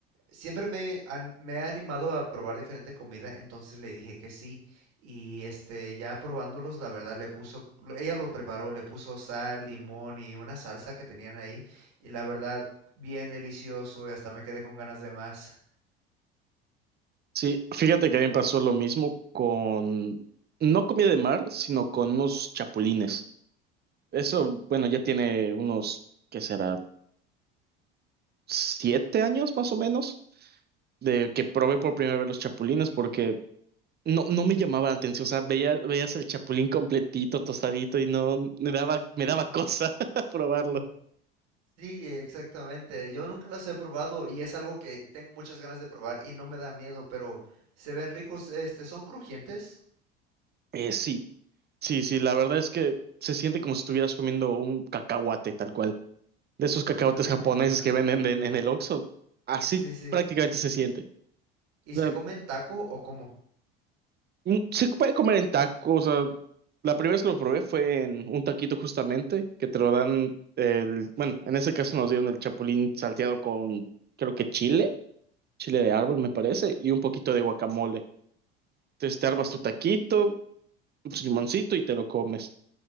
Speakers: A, on the right; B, on the right.
A: Siempre me, han- me ha animado a probar diferente comida, entonces le dije que sí. Y este, ya probándolos, la verdad le puso, ella lo preparó, le puso sal, limón y una salsa que tenían ahí. Y la verdad, bien delicioso y hasta me quedé con ganas de más.
B: Sí, fíjate que a mí me pasó lo mismo con, no comida de mar, sino con unos chapulines. Eso, bueno, ya tiene unos, ¿qué será? Siete años más o menos, de que probé por primera vez los chapulines, porque no, no me llamaba la atención, o sea, veía, veías el chapulín completito, tostadito y no me daba, me daba cosa <laughs> probarlo.
A: Mm. Sí, exactamente. Yo nunca los he probado y es algo que tengo muchas ganas de probar y no me da miedo, pero se ven ricos, este, son crujientes.
B: Eh, sí, sí, sí, la verdad es que se siente como si estuvieras comiendo un cacahuate tal cual, de esos
A: Ah,
B: cacahuates japoneses
A: interesante.
B: que venden en, en el Oxxo, así
A: Sí, sí.
B: prácticamente se siente.
A: ¿Y
B: O
A: se
B: sea,
A: comen taco o cómo?
B: mm, se puede comer en tacos, o sea, la primera vez que lo probé fue en un taquito justamente, que te lo dan, el, bueno, en ese caso nos dieron el chapulín salteado con, creo que chile chile de árbol, me parece, y un poquito de guacamole. Entonces te armas tu taquito, tu limoncito y te lo comes.